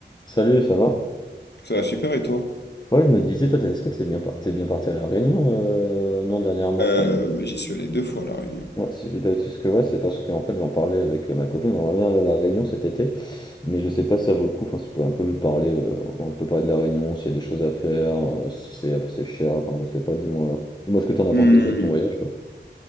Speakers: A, on the left; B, on the left.
A: Salut, ça va?
B: Ça va super et toi?
A: Ouais, je me disais, toi, t'es- est-ce que t'es bien, par- t'es bien parti à La Réunion, euh, non, dernièrement,
B: Euh,
A: enfin, ou-
B: ouais, j'y suis allé deux fois à La Réunion.
A: ouais, si je dis pas de bêtises, parce que ouais, c'est parce que, en fait, j'en parlais avec euh, ma copine, on revient à La Réunion cet été, mais je sais pas si ça vaut le coup, enfin, si tu pouvais un peu me parler, euh, on peut parler de La Réunion, s'il y a des choses à faire, euh, si c'est assez cher, enfin, je sais pas, dis-moi, dis-moi ce que t'en as
B: Hmm,
A: pensé déjà de ton voyage, toi.